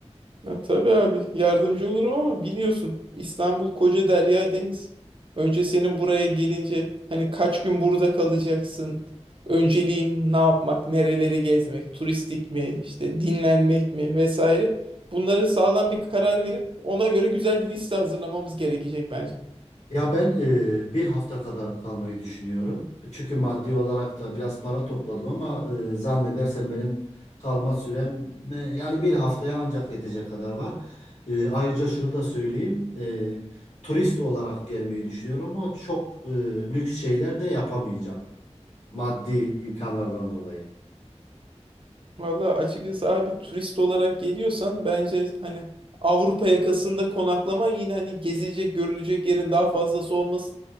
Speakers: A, on the right (about 50°); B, on the left (about 85°).
A: Ya, tabii abi yardımcı olurum ama biliyorsun İstanbul koca derya deniz. Önce senin buraya gelince hani kaç gün burada kalacaksın? Önceliğin ne yapmak, nereleri gezmek, turistik mi, işte dinlenmek mi vesaire. Bunları sağlam bir karar verip ona göre güzel bir liste hazırlamamız gerekecek bence.
B: Ya ben e, bir hafta kadar kalmayı düşünüyorum. Çünkü maddi olarak da biraz para topladım ama e, zannedersem benim kalma sürem e, yani bir haftaya ancak yetecek kadar var. E, ayrıca şunu da söyleyeyim. e, turist olarak gelmeyi düşünüyorum ama çok e, lüks şeyler de yapamayacağım. Maddi imkanlardan dolayı.
A: Valla açıkçası abi turist olarak geliyorsan bence hani Avrupa yakasında konaklaman yine hani gezilecek görülecek yerin daha fazlası olması